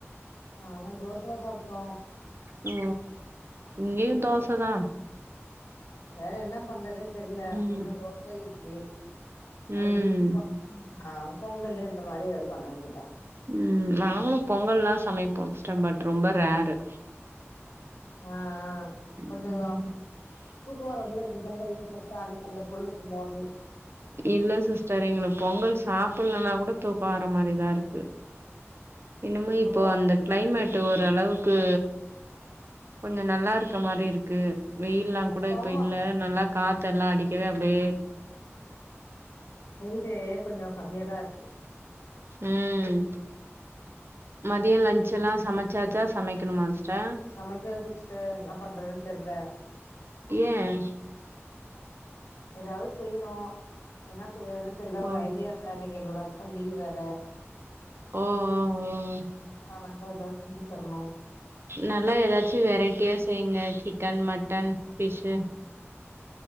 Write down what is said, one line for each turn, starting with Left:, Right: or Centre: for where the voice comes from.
Left: நாங்க தோசதா சாப்ட்டோ
Right: ஓ இங்கேயு தோச
Left: நீங்க
Right: தா
Left: வேற என்ன பண்றதுன் தெர்ல
Right: ம்
Left: ஒன்னு தோச இட்லி அப்டி
Right: ம்
Left: மிஞ்சி <inaudible> பொங்கலு இந்த மாரி எதாது பண்ண வேண்டியதா
Right: ம் நாங்களு பொங்கல்லா சமைப்போ சிஸ்டர் பட் ரொம்ப ரேரு
Left: ஆ ஆ
Right: ம்
Left: கொஞ்சோ தூக்கோ வராபோல இருக்கு பொங்கல்லா சாப்ட்டா அந்த அந்த பொழுது ஃபுல்லாவே
Right: இல்ல சிஸ்டர் எங்களுக்கு பொங்கல் சாப்பிலன்னா கூட தூக்கோ வர மாரிதா இருக் என்னமோ இப்போ
Left: தூக்கோ வர
Right: அந்த கிளைமேட்டு ஓரளவுக்கு கொஞ்ச நல்லாருக்க மாரிருக்கு வெயில்லா கூட இப்ப
Left: ஆமா
Right: இல்ல நல்லா காத்த எல்லா அடிக்கவே அப்டியே
Left: வெயிலே கொஞ்சோ கம்மியாதா இருக்கு
Right: ம் மதிய லன்ச் எல்லா சமைச்சாச்சா சமைக்கணுமா சிஸ்டர்
Left: சமைக்கல சிஸ்டர் என்னா பண்றதுன் தெர்ல
Right: ஏ
Left: எதாவது செய்ணு என்ன செய்றதுனு தெரில ஒரு
Right: ஓ
Left: ஐடியா இல்ல இன்னைக்கு என்னோட ஹஸ்பண்ட் லீவ் வேற
Right: ஓ ஓ ஓ
Left: <inaudible> எதா செஞ்சு தர்ணு
Right: நல்லா எதாச்சு வெரைட்டியா செய்ங்க சிக்கன் மட்டன் ஃபிஷ்